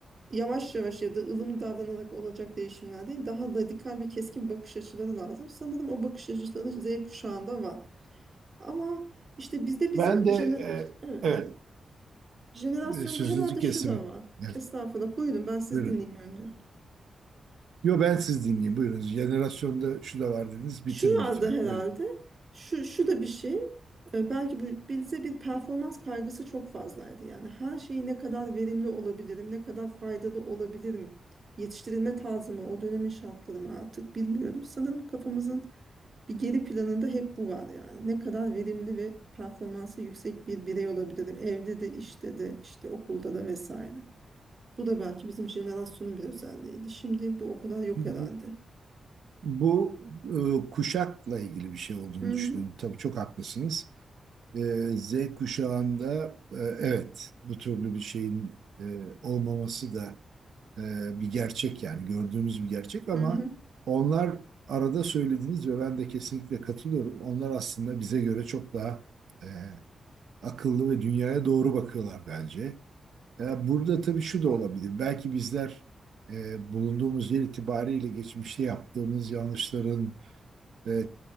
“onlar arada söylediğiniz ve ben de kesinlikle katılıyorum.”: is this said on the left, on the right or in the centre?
Right